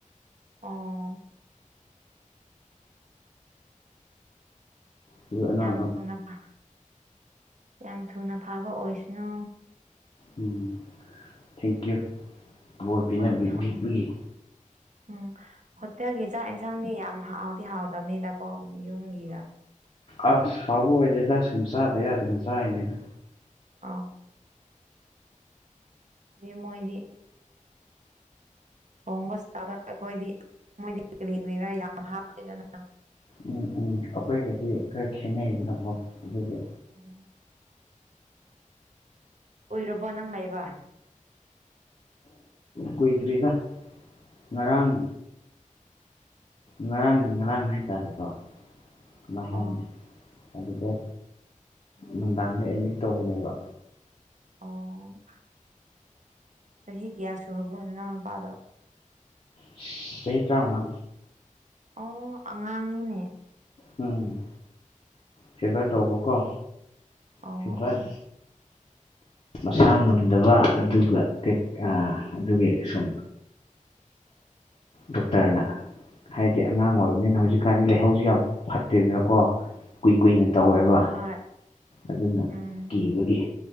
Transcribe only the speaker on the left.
ꯑꯗꯨ ꯑꯅꯥꯕ
ꯎꯝ ꯊꯦꯡꯀ꯭ꯌꯨ ꯕꯣꯔ ꯄꯤꯅ
ꯄꯤꯕꯒꯤ
ꯑꯁ ꯍꯥꯎꯕ ꯑꯣꯏꯗꯦꯗ ꯁꯨꯝ ꯆꯥꯗ ꯌꯥꯗꯅ ꯆꯥꯔꯤꯅꯤꯗ
ꯎꯝ ꯎꯝ ꯑꯩꯈꯣꯏꯒꯗꯤ ꯈꯔ ꯈꯦꯠꯅꯩꯗꯅꯀꯣ ꯑꯗꯨꯗꯤ
ꯀꯨꯏꯗ꯭ꯔꯤꯗ ꯉꯔꯥꯡ ꯉꯔꯥꯡꯒꯤ ꯉꯔꯥꯡ ꯍꯥꯏꯇꯥꯔꯦꯀꯣ ꯅꯍꯥꯟ
ꯑꯗꯨꯗ ꯅꯨꯡꯗꯥꯡꯗ ꯑꯦꯗꯃꯤꯠ ꯇꯧꯕꯅꯦꯕ
ꯁꯍꯤ ꯇꯔꯥꯎꯉꯥ
ꯎꯝ ꯐꯤꯚꯔ ꯇꯧꯕꯀꯣ
ꯐꯤꯚꯔ
ꯃꯁꯥ ꯉꯝꯗꯕ ꯑꯗꯨꯒ ꯑꯥ ꯑꯗꯨꯒꯤ ꯁꯨꯝ ꯗꯣꯛꯇꯔꯅ ꯍꯥꯏꯗꯤ ꯑꯉꯥꯡ ꯑꯣꯏꯔꯕꯅꯤꯅ ꯍꯧꯖꯤꯛꯀꯥꯟꯗꯤ ꯂꯩꯍꯧꯁꯤ ꯌꯥꯝ ꯐꯠꯇꯦꯗꯅꯀꯣ ꯀꯨꯏ ꯀꯨꯏꯅ ꯇꯧꯋꯦꯕ
ꯑꯗꯨꯅ
ꯀꯤꯕꯒꯤ